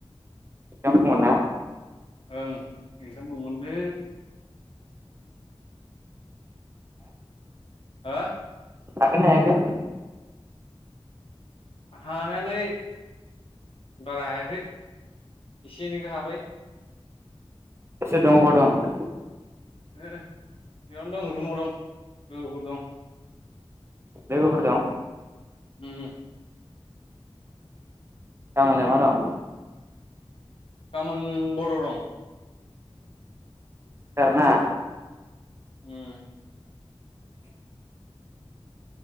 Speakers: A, on the right (about 25°); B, on the left (about 60°).
A: <unintelligible>
B: ओं एक्जाम दंमोनलै। हो।
A: हागोनना हायाखै?
B: हानायालाय। बारा हायाखै एसे एनैखौ हाबाय।
A: सोर सोर दं अबाव दं?
B: बेयावनो दं रुमाव दं लोगोफोर दं।
A: लोगोफोर दं?
B: ओम।
A: गामोनलाय मा दं?
B: गाबोन बर' दं।
A: सिखार ना।
B: ओं।